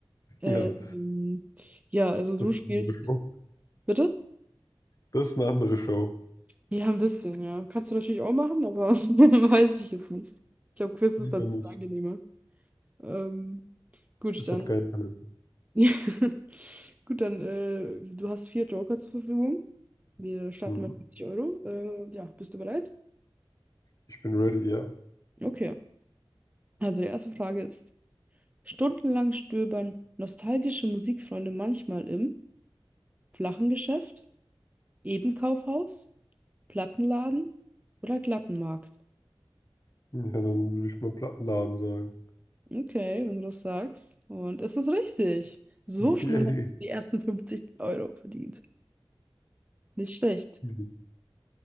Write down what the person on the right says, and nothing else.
Äh,
Ähm, ja, also
du
spielst,
bitte?
Ja, ein bisschen, ja. Kannst du natürlich auch machen, aber <laughs> weiß ich jetzt nicht. Ich glaube, Quiz
ist dann ein bisschen
angenehmer. Ähm, gut,
dann,
<laughs> gut, dann, äh, du hast vier Joker zur Verfügung. Wir starten
mit 50 Euro. Äh, ja, bist du bereit?
Okay. Also die erste Frage ist, stundenlang stöbern nostalgische Musikfreunde manchmal im flachen Geschäft, eben Kaufhaus, Plattenladen oder Glattenmarkt?
Okay, wenn du das sagst. Und es ist richtig. So
schnell
hast du die ersten 50 Euro verdient. Nicht schlecht.